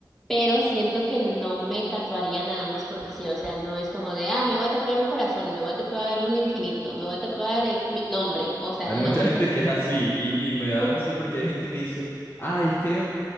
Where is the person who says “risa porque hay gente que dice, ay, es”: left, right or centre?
Left